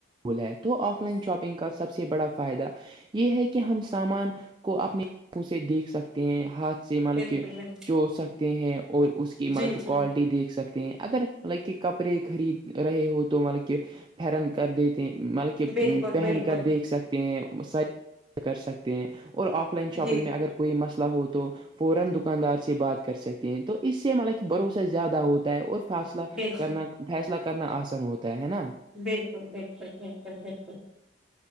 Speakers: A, on the right (about 25°); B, in the centre.
A: بھلا ہے تو آف لائن شاپنگ کا سب سے بڑا فائدہ یہ ہے کہ ہم سامان کو اپنے آنکھوں سے دیکھ سکتے ہیں ہاتھ سے مطلب
B: بالکل
A: کہ
B: بالکل
A: چو سکتے ہیں اور اس کی مطلب
B: جی
A: کہ
B: جی
A: کوالٹی دیکھ سکتے ہیں اگر مطلب کہ کپڑے خرید رہے ہو تو مطلب کہ پرن کر دیتے ہیں مطلب کہ
B: بالکل
A: پہن
B: بالکل
A: کر دیکھ سکتے کر سکتے ہیں اور آف لائن شاپنگ
B: جی
A: میں
B: جی
A: اگر کوئی مسئلہ ہو تو فورا دکاندار سے بات کر سکتے ہیں تو اس سے ملک بھروسہ زیادہ ہوتا ہے
B: بالکل
A: کرنا فیصلہ کرنا آسان ہوتا ہے نا
B: بالکل بالکل بالکل بالکل